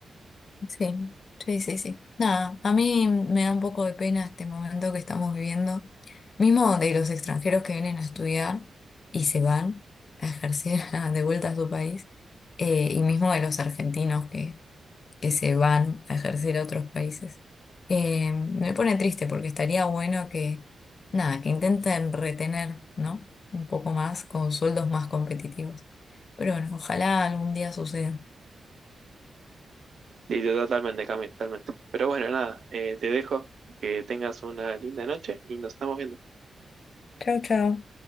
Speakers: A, on the left; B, on the right.
A: Sí, sí, sí, sí. Nada, a mí me da un poco de pena este momento que estamos viviendo, mismo de los extranjeros que vienen a estudiar y se van a ejercer <laughs> de vuelta a su país, eh, y mismo de los argentinos que que se van a ejercer a otros países. Eh, me pone triste porque estaría bueno que, nada, que intenten retener, ¿no? Un poco más con sueldos más competitivos. Pero bueno, ojalá algún día suceda.
B: Sí, sí, totalmente, Cami, totalmente. Pero bueno, nada, eh, te dejo, que tengas una linda noche y nos estamos viendo.
A: Chao, chao.